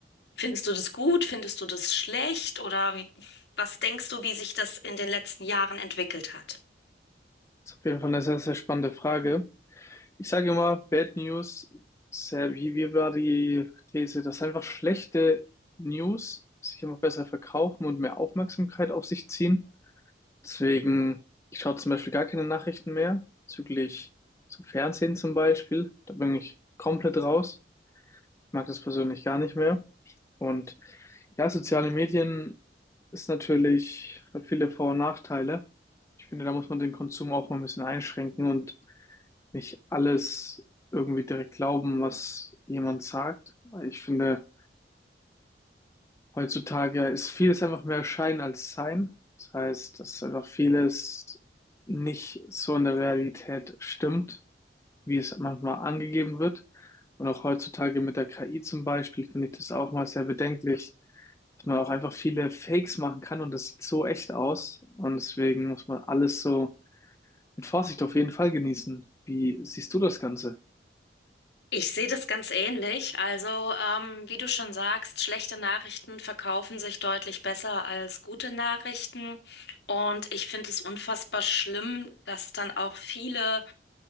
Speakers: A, on the left; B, on the left.
A: Findest du das gut? Findest du das schlecht? Oder wie, was denkst du, wie sich das in den letzten Jahren entwickelt hat?
B: ist auf jeden Fall eine sehr, sehr spannende Frage. Ich sage immer, Bad News, sehr, wie, wie war die These, dass einfach schlechte News sich immer besser verkaufen und mehr Aufmerksamkeit auf sich ziehen. Deswegen, ich schaue zum Beispiel gar keine Nachrichten mehr, bezüglich zum Fernsehen zum Beispiel. Da bin ich komplett raus. Ich mag das persönlich gar nicht mehr. Und ja, soziale Medien ist natürlich, hat viele Vor- und Nachteile. Ich finde, da muss man den Konsum auch mal ein bisschen einschränken und nicht alles irgendwie direkt glauben, was jemand sagt. Weil Ich finde, heutzutage ist vieles einfach mehr Schein als Sein. Das heißt, dass einfach vieles nicht so in der Realität stimmt, wie es manchmal angegeben wird. Und auch heutzutage mit der KI zum Beispiel finde ich das auch mal sehr bedenklich, dass man auch einfach viele Fakes machen kann und das sieht so echt aus. Und deswegen muss man alles so mit Vorsicht auf jeden Fall genießen. Wie siehst du das Ganze?
A: Ich sehe das ganz ähnlich. Also, ähm, wie du schon sagst, schlechte Nachrichten verkaufen sich deutlich besser als gute Nachrichten. Und ich finde es unfassbar schlimm, dass dann auch viele